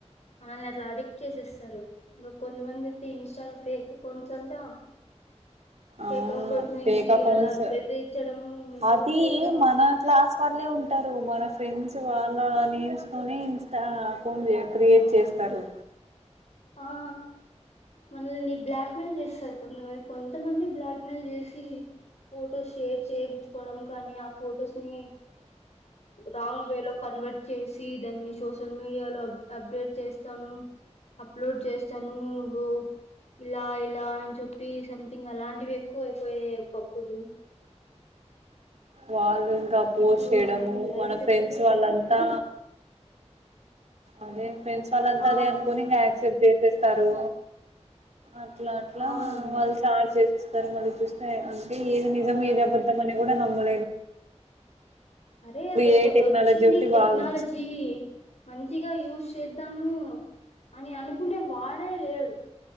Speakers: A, on the left (about 65°); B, on the right (about 70°).
A: మనల్ని అట్లా అడిక్ట్ చేసేస్తారు. ఇంగ కొంద్ మంది ఇన్ స్టా లో ఫేక్ కౌంట్స్ అంటా ఫేక్
B: అవును
A: అకౌంట్స్ నుంచి
B: ఫేక్ అకౌంట్స్
A: అలా బెదిరిచడము మెసేజ్
B: అది
A: చేయడము
B: మన క్లాస్ వాళ్ళే ఉంటారు, మన ఫ్రెండ్స్ వాళ్ళ నేమ్స్ తోనే ఇన్స్టా అకౌంట్ క్రియేట్ చేస్తారు.
A: ఆ మనల్ని బ్లాక్మెెయిల్ చేస్ తే తుల్లివే కొంతమంది బ్లాక్ మెయిల్ చేసి ఫొటోస్ షేర్ చేయించుకోవడం కానీ ఆ ఫొటోస్ ని రాంగ్ వేలో కన్వర్ట్ చేసి దాన్ని సోషల్ మీడియాలో అబ్ అప్డేట్ చేస్తాను అప్లోడ్ చేస్ చనువు నువు లాయ్ ఇలా అని చెప్పి సంథింగ్ అలాంటివి ఎక్కువ అయిపోయాయి ఒకప్పుడు
B: వాల్ ఇంకా పోస్ట్
A: ఇప్పుడు
B: చేయడము
A: మళ్ళీ లైఫ్
B: మన ఫ్రెండ్స్
A: గుడిచిపోతాము
B: వాళ్ళంతా అదే ప్రన్సిపాల్ అంతా
A: ఆ
B: అదే అనుకొని ఇంగ ఆక్సెప్ట్డ్ చేస్తారు అట్లా అట్లా
A: అవునండి
B: వాళ్ళు చాలా చేసేస్తా క్కడ మళ్ళ చూస్తా ఇగ అే ఏది నిజం
A: ఆ
B: ఏది అబద్ధం అనే కూడా నమ్ అ
A: అరే అది ఒకటి
B: ఏ టెక్నాలజీ
A: వచ్చింది
B: ఒకటి
A: టెక్నాలజీ
B: బాగా వచ్చింది
A: మంచిగా యూస్ చేద్దాము అని అనుకునే వాడే లేడు